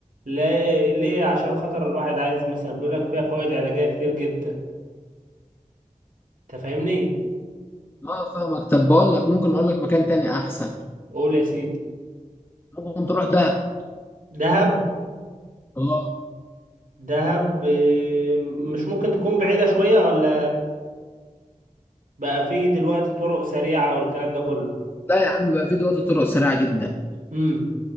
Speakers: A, on the right; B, on the left.
A: لا- ليه عشان خاطر الواحد عايز مثلا بيقول لك فيها فوائد علاجيه كتير جدا انت فاهمني
B: اه فاهمك طب بقول لك ممكن اقول لك مكان تاني احسن
A: قول يا سيدي
B: ممكن تروح دهب
A: دهب
B: اه
A: دهب آه، مش ممكن تكون بعيدة شوية ولا بقى فيه دلوقتي طرق سريعة والكلام ده كله
B: لا يا عم بقى في دلوقتي طرق سريعه جدا
A: امم